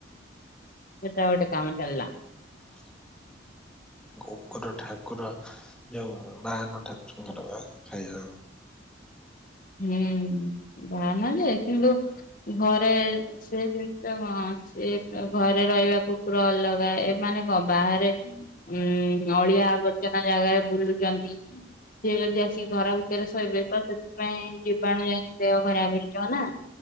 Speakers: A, on the left; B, in the centre.
A: ସେଟା ଗୋଟେ କାମ ଚଲିଲା।
B: <inaudible> କୁକୁର ଠାକୁର ଯୋଉ ବାହନ ଠାକୁରଙ୍କର ବା ଖାଇ
A: ହୁଁ ବାହନ ଯେ କିନ୍ତୁ ଘରେ ସେ ଜିନିଷ କଣ ସେ ଘରେ ରହିବା କୁକୁର ଅଲଗା ଏମାନେ କଣ ବାହାରେ ଉୁଁ -ଅଳିଆ ଆବର୍ଜନା ଜାଗାରେ ବୁଲୁଚନ୍ତି। ସିଏ ଯଦି ଆସିକି ଘର ଭିତରେ ଶୋଇବେ ତ ସେଥିପାଇଁ ଜୀବାଣୁ ଯାଇକି ଦେହ ଖରାପ ହେଇଯିବ ନା।